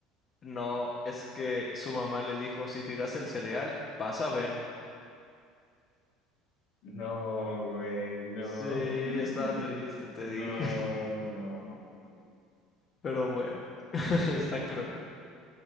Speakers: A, on the left (about 35°); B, on the left (about 70°).
A: No, es que su mamá le dijo, si tiras el cereal, vas a ver.
B: No, güey, no.
A: Sí, está
B: <laughs>
A: triste, te
B: No,
A: dije. <laughs>
B: no, no.
A: Pero bueno, <laughs> está cruel.